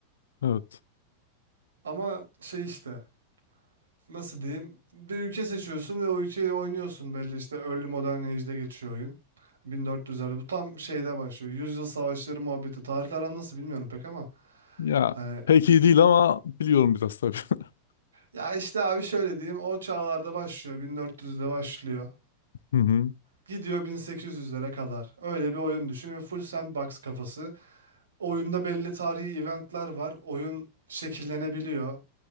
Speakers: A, on the left; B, on the right.
A: Evet.
B: Ama şey işte. nasıl diyeyim? Bir ülke seçiyorsun ve o ülkeyi oynuyorsun belli işte Early Modern Age'de geçiyor oyun. 1400'lerde bu tam şeyde başlıyor. Yüzyıl savaşları muhabbeti. Tarihler an nasıl bilmiyorum pek ama
A: Ya
B: hani
A: pek iyi değil ama biliyorum biraz tabii. <laughs>
B: ya işte abi şöyle diyeyim o çağlarda başlıyor. 1400'de başlıyor.
A: Hı hı.
B: Gidiyor 1800'lere kadar. Öyle bir oyun düşün ve full sandbox kafası. Oyunda belli tarihi eventler var. Oyun şekillenebiliyor.